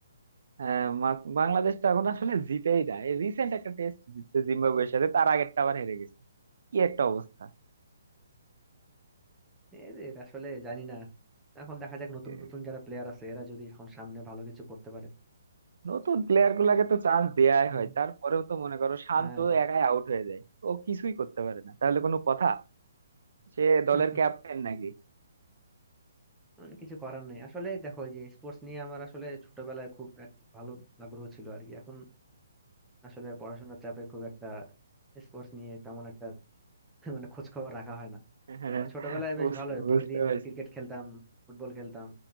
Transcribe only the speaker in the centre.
এদের আসলে জানি না এখন দেখা যাক নতুন
নতুন যারা প্লেয়ার আছে এরা যদি এখন সামনে ভালো কিছু করতে পারে
হুম
হ্যাঁ
<laughs>
মানে কিছু করার নেই আসলে দেখো এই যে স্পোর্টস নিয়ে আমার আসলে ছোটবেলায় খুব এক ভালো আগ্রহ ছিল আর কি এখন আসলে পড়াশোনার চাপে খুব একটা স্পোর্টস নিয়ে তেমন একটা <laughs> মানে খোঁজ খবর রাখা হয় না
তো ছোটবেলায়
বেশ ভালো
প্রতিদিন
ক্রিকেট খেলতাম ফুটবল খেলতাম